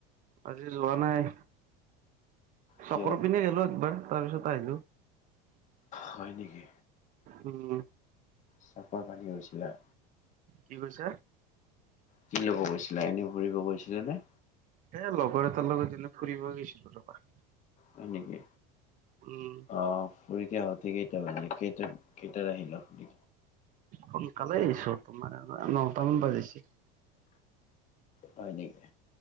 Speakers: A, on the right; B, on the left.
A: আজি যোৱা নাই,
B: কিয়?
A: চকৰ পিনে গলো একবাৰ তাৰ পিছত আহিলো।
B: হয় নেকি?
A: উম।
B: চকৰ পানি গৈছিলা?
A: কি কৈছে?
B: কি ল'ব গৈছিলা? এনেই ঘুৰিব গৈছিলা নে?
A: এ লগৰ এটাৰ লগত দিন ফুৰিব গৈছিলো ৰবা
B: হয় নেকি
A: উম
B: আহ পৰীক্ষা হথি কেইটা নে কেইটা কেইটাৰ আহিলা হঠি
A: সোনকালে আহিছো তোমাৰ নটা মান বাজিছে
B: হয় নেকি